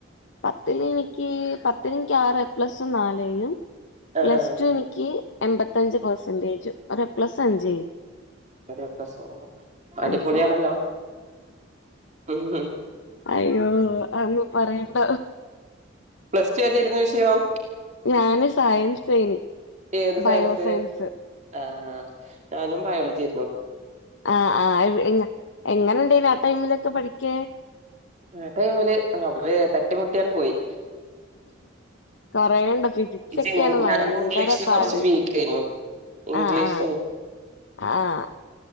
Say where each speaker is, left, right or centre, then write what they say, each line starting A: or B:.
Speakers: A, on the left; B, on the right.
A: പത്തി എനിക്ക് പത്തി എനിക്ക് ആറ് പ്ലസും നാലും
B: ആഹ്
A: പ്ലസ്
B: ആഹ്
A: ടു എനിക്ക് എൺമ്പത്തഞ്ച് പെർസെന്റേജ് ഒ പ്ലസ് അഞ്ച് എ യും
B: <unintelligible> അടിപൊളിയാണല്ലോ
A: അഞ്ചേയും
B: ഉം
A: അയ്യോ അന്ന് പറയണ്ട
B: പ്ലസ് ടു ഏതരുന്നു വിഷയം
A: ഞാന് സയൻസേനി
B: ഏത്
A: ബയോസയൻസ്
B: സയൻസ് ആഹ് ഞാനും ബയോളജിയര്ന്നു
A: ആ ആ എങ്ങനെ ഇണ്ടേന ആ ടൈമിലൊക്കെ പഠിക്ക
B: ആ ടൈമല് റവേ തട്ടിമുട്ടിയാന് പോയി
A: കൊറേണ്ട് ഫിസിക്സ്
B: ഇത്
A: ഒക്കെയാണ് ഭയങ്കര
B: ഞാൻ ഇംഗ്ലീഷില്
A: പാട്
B: കൊറച്ച് വീക്കേനു ഇംഗ്ലീഷ
A: ആഹ് ആഹ് ആഹ്